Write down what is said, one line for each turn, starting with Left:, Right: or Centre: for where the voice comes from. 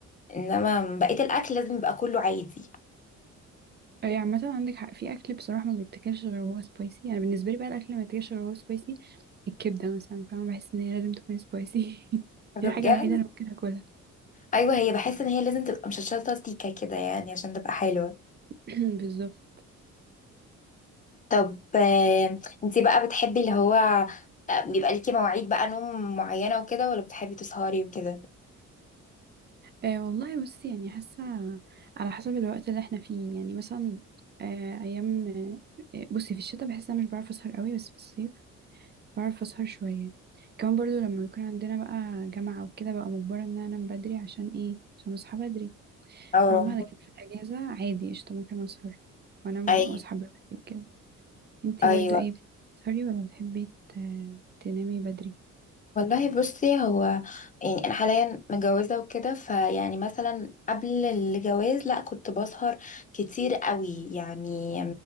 Left: انما بقيه الاكل لازم يبقى كله عادي
Right: أي عامة عندك حق في أكل بصراحة ما بيتاكلش غير وهو سبايسي أنا بالنسبة لي بقى الأكل اللي ما بيتاكلش غير وهو سبايسي الكبدة مثلا فاهمة بحس إن هي لازم تكون سبايسي <laughs> دي
Left: ده
Right: الحاجة
Left: بجد
Right: الوحيدة اللي ممكن أكلها
Left: ايوه هي بحس ان هي لازم تبقى مشطشطه سيكه كده يعني عشان تبقى حلوه
Right: <clears throat> بالظبط
Left: طب آه، انتي بقى بتحبي اللي هو آه، بيبقى ليكي مواعيد بقى نوم معينه وكده ولا بتحبي تسهري وكده
Right: آه والله بصي يعني حاسة على حسب الوقت اللي احنا فيه يعني مثلا آه أيام آه بصي في الشتاء بحس إن أنا مش بعرف أسهر قوي بس في الصيف بعرف اسهر شوية كمان برضو لما بيكون عندنا بقى جامعة وكده بقى مجبرة ان انا انام بدري عشان ايه عشان اصحى بدري
Left: اه
Right: فاهمة لكن في الاجازة عادي قشطة ممكن اسهر وانام
Left: ايوه
Right: واصحى براحتي وكده انتي
Left: ايوه
Right: برضو ايه بتحبي تسهري ولا بتحبي ت- تنامي بدري
Left: والله بصي هو يعني انا حاليا متجوزه وكده فيعني مثلا قبل الجواز لا كنت بسهر كتير قوي يعني